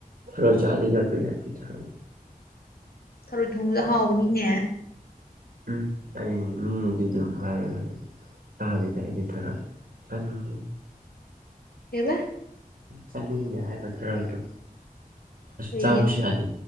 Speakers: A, on the right (about 70°); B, on the left (about 85°).
A: ꯊꯔꯣꯏ ꯆꯥꯗꯤ ꯌꯣꯠꯄ ꯌꯥꯤ ꯊꯔꯣꯏ <inaudible>
B: ꯊꯔꯣꯢ ꯊꯣꯡꯕ ꯍꯥꯎꯕꯅꯤꯅꯦ
A: ꯎꯝ ꯑꯩ ꯃꯤꯅꯗꯤ ꯑꯗꯨꯝ ꯍꯥꯏꯔꯦ ꯂꯥꯅꯤꯗ ꯑꯩꯗꯤ ꯊꯔꯥꯛ ꯆꯥꯅꯤꯡꯉꯤ
B: ꯀꯕꯥ
A: ꯆꯥꯅꯤꯡꯗꯦ ꯍꯥꯏꯕ ꯊꯔꯣꯏꯗꯣ
B: ꯀꯔꯤꯒꯤ
A: ꯆꯥꯕꯁꯨ ꯌꯥꯗꯦ